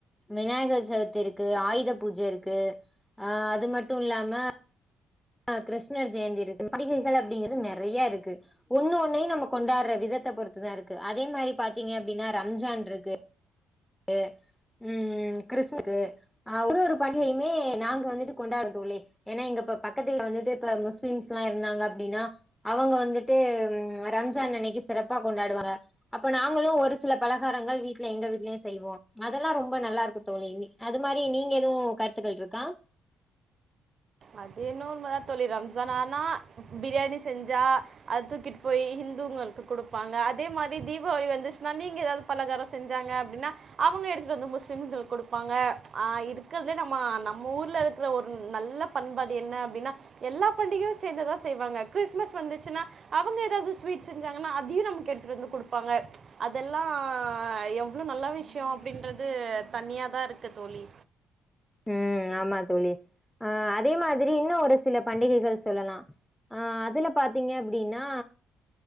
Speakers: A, in the centre; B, on the right.
A: விநாயகர் சதுர்த்தி இருக்கு ஆயுத பூஜ இருக்கு ஆ அது மட்டு இல்லாம ஆ கிருஷ்ணர் ஜெயந்தி இருக்கு பண்டிகைகள் அப்படிங்றது நெறையா இருக்கு ஒன்னு ஒண்ணையு நம்ம கொண்டாடுற விதத்த பொறுத்துதா இருக்கு அதே மாரி பாத்திங்க அப்டினா ரம்ஜான்ருக்கு கு உம் கிறிஸ்க்கு ஆ ஒரு ஒரு பண்டிகையுமே நாங்க வந்துட்டு கொண்டாடுதோழி ஏன்னா இங்க இப்ப பக்கத்து வீ வந்துட்டு இப்ப முஸ்லீம்ஸ்ல்லா இருந்தாங்க அப்டின்னா அவங்க வந்துட்டு ரம்ஜான் அன்னைக்கு சிறப்பா கொண்டாடுவங்க அப்போ நாங்கலு ஒரு சில பலாகாரங்கள் வீட்லே எங்க வீட்லே செய்வோ அதெல்லா ரொம்ப நல்லா இருக்கு தோழி அது மாரி நீங்க எதுவு கருத்துக்கள் இருக்கா
B: அதுயென்வோ உண்ம தா தொழி ரம்ஜான் ஆனா பிரியாணி செஞ்சா அது தூக்கிட்டு போய் ஹிந்துங்ளுக்கு குடுப்பாங்க அதே மாரி தீபாவளி வந்துசுன்னா நீங்க எதாது பலகாரோ செஞ்சாங்க அப்டினா அவுங்க எடுத்துட்டு வந்து முஸ்லிம்ங்ளுக்கு குடுப்பாங்க ஆ இருக்றதுலே நம்மவூர்ல இருக்க நல்ல பண்பாடு என்ன அப்டினா எல்லா பண்டிகையு சேந்துதா செய்வாங்க கிறிஸ்மஸ் வந்துச்சுனா அவங்க ஏதாது ஸ்வீட் செஞ்சாங்கனா அதையு நமக்கு எடுத்துட்டு வந்து குடுப்பாங்க அதெல்லா எவ்ளோ நல்ல விஷய அப்டின்றது தனியாதா இருக்க தோழி
A: ம் ஆமா தோழி ஆ அதே மாதிரி இன்னு ஒரு சில பண்டிகைகள் சொல்லலா ஆ அதுல பாத்திங்க அப்டினா